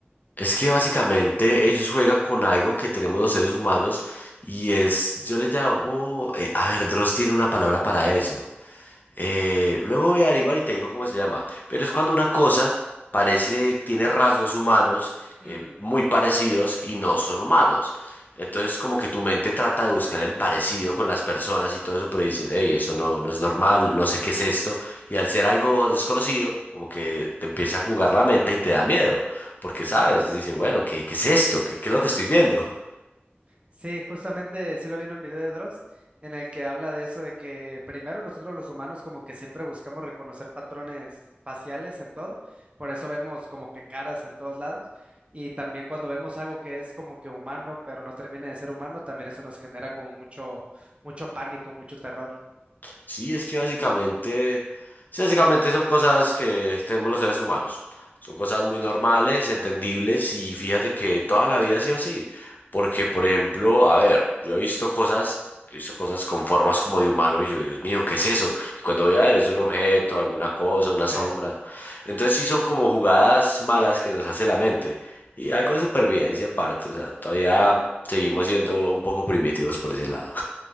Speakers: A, on the left; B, on the right.
A: Es que básicamente ellos juegan con algo que tenemos los seres humanos y es, yo le llamo, eh, a ver, Dross tiene una palabra para eso. Eh, luego voy a averiguar y te digo cómo se llama. Pero es cuando una cosa parece, tiene rasgos humanos
B: Mm.
A: eh, muy parecidos y no son humanos. Entonces como que tu mente trata de buscar el parecido con las personas y todo eso, pero dices, hey, eso no, no es normal, no sé qué es esto. Y al ser algo desconocido, como que te empieza a jugar la mente y te da miedo, porque sabes, dice, bueno, ¿qué, qué es esto? ¿Qué, qué es lo que estoy viendo?
B: Sí, justamente sí lo vi en un video de Dross en el que habla de eso, de que primero nosotros los humanos como que siempre buscamos reconocer patrones faciales en todo, por eso vemos como que caras en todos lados y también cuando vemos algo que es como que humano, pero no termina de ser humano, también eso nos genera como mucho, mucho pánico, mucho terror.
A: Sí, es que básicamente, sí, básicamente son cosas que tenemos los seres humanos. Son cosas muy normales, entendibles y fíjate que toda la vida ha sido así. Porque, por ejemplo, a ver, yo he visto cosas, he visto cosas con formas como de humano y yo, Dios mío, ¿qué es eso? Y cuando voy a ver, es un objeto, alguna cosa, una
B: Sí.
A: sombra. Entonces sí son como jugadas malas que nos hace la mente. Y algo de supervivencia en parte, o sea, todavía seguimos siendo un poco primitivos por ese lado.